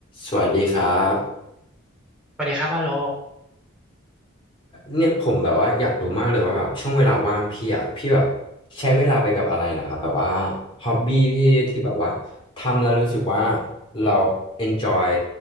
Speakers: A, on the left (about 25°); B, in the centre.
A: สวัสดีครับ
B: สวัสดีครับว่าโล
A: เนี่ยผมแบบว่าอยากรู้มากเลยว่าแบบช่วงเวลาว่างพี่อ่ะพี่แบบใช้เวลาไปกับอะไรเหรอครับแบบว่าฮ็อบบี้พี่ที่แบบว่าทำแล้วรู้สึกว่าเรา enjoy